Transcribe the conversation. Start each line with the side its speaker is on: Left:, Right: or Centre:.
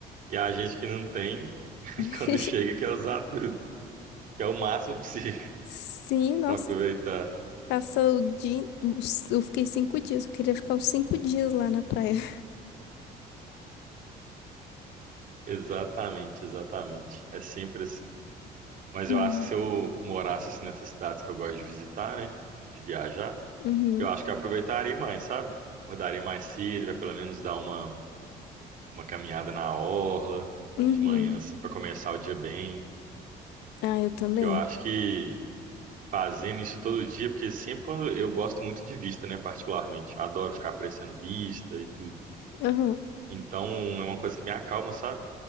Right: E a gente que não tem, <laughs>
Left: <laughs>
Right: quando chega, quer usar tudo, quer o máximo possível
Left: Sim, nossa,
Right: para aproveitar.
Left: passou o dia. os- Eu fiquei cinco dias, eu queria ficar os cinco dias lá na praia. <laughs>
Right: Exatamente, exatamente. É sempre assim. Mas
Left: Uhum.
Right: eu acho que se eu morasse assim nessas cidades que eu gosto de visitar, né? De viajar,
Left: Uhum.
Right: eu acho que eu aproveitaria mais, sabe? Acordaria mais cedo, vai pelo menos dar uma, uma caminhada na orla
Left: Uhum.
Right: de manhã, assim, para começar o dia bem.
Left: Ah, eu também.
Right: Que eu acho que fazendo isso todo dia, porque sempre quando eu gosto muito de vista, né? Particularmente, adoro ficar apreciando vista e tudo.
Left: Aham.
Right: Então é uma coisa que me acalma, sabe?